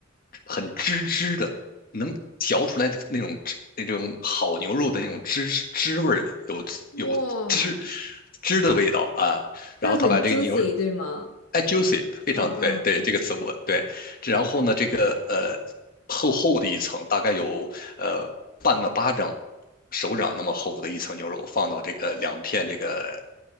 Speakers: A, on the left; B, on the left.
A: 很汁汁的，能嚼出来的那种汁那种好牛肉的那种汁汁味儿，有有汁
B: 哇，
A: 汁的味道啊。
B: 就是很
A: 然后他把这个牛
B: juicy，对吗？
A: 哎 juicy 非常对对这个词我对，
B: 哦，
A: 然后呢这个呃厚厚的一层，大概有呃半个巴掌手掌那么厚的一层牛肉，放到这个两片这个